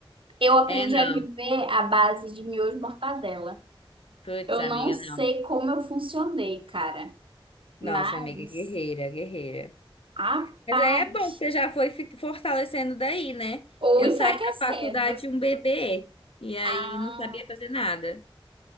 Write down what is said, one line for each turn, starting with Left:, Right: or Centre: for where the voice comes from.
Right: eu aprendi
Left: é não.
Right: a viver à base de miojo e mortadela.
Left: Putz,
Right: Eu
Left: amiga,
Right: não sei
Left: não.
Right: como eu funcionei, cara. Mas,
Left: Nossa, amiga, guerreira, guerreira.
Right: rapaz,
Left: Mas aí é bom que você já foi fi- fortalecendo daí, né?
Right: ou
Left: Eu
Right: enfraquecendo.
Left: saí da faculdade um bebê e aí
Right: Ah,
Left: não sabia fazer nada.